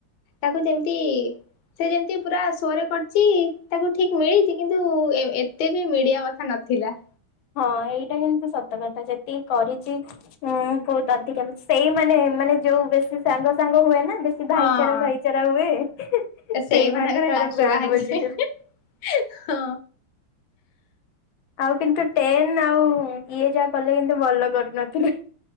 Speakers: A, on the left; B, on the left.
A: ତାକୁ ଯେମିତି। ସେ ଯେମିତି ପୁରା ସୋରେ କରିଛି ତାକୁ ଠିକ ମିଳିଛି କିନ୍ତୁ ଏତେ ବି ମିଳିବା କଥା ନଥିଲା।
B: ହଁ ଏଇଟା କିନ୍ତୁ ସତ କଥା ଯେତିକି କରିଛି। ହୁଁ ବହୁତ ଅଧିକା ସେଇ ମାନେ ମାନେ ଯୋଉ ବେଶୀ ସାଙ୍ଗ ସାଙ୍ଗ ହୁଏ ନା ବେ। ଭାଇଚାରା,
A: ହଁ
B: ଭାଇଚାରା ହୁଏ
A: ସେଇମାନଙ୍କର
B: ସେଇମାନେ ତାର
A: ଲାଷ୍ଟ
B: ବ୍ୟାଣ୍ଡ
A: ବାହାରିଯାଏ
B: ବଜେଇଦେଲେ।
A: ହଁ।
B: ଆଉ କିନ୍ତୁ ଟେନେ ଆଉ ଇଏ ଯାହା କଲେ କିନ୍ତୁ ଭଲ କରିନଥିଲେ।